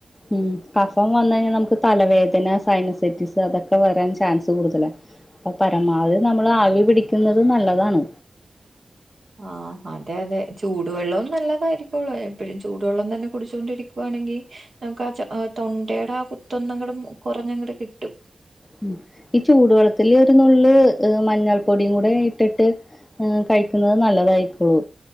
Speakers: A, on the left (about 20°); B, on the right (about 50°).
A: ഉം കഫ കഫം വന്ന് കഴിഞ്ഞാ നമുക്ക് തലവേദന സൈനി സെസ്റ്റിക്സ് അതൊക്കെ വരാൻ ചാൻസ് കൂടുതലാ അപ്പ പരമാവധി നമ്മള് ആവി പിടിക്കുന്നത് നല്ലതാണ്
B: ആ അതെ അതെ ചൂടുവെള്ളവും നല്ലതായിരിക്കുള്ളു എപ്പഴും ചൂട് വെള്ളം തന്നെ കുടിച്ചു കൊണ്ടിരിക്കുവാണെങ്കി നമുക്ക് ആ ച ആ തൊണ്ടയുടെ ആ കുത്ത് ഒന്നങ്ങട് കൊറഞ്ഞങ്ങട് കിട്ടും.
A: ഉം ഈ ചൂടുവെള്ളത്തില് ഒരു നുള്ള് മഞ്ഞൾ പൊടിയും കൂടെ ഇട്ടിട്ട് ഏ കഴിക്കുന്നത് നല്ലതായിരിക്കുള്ളു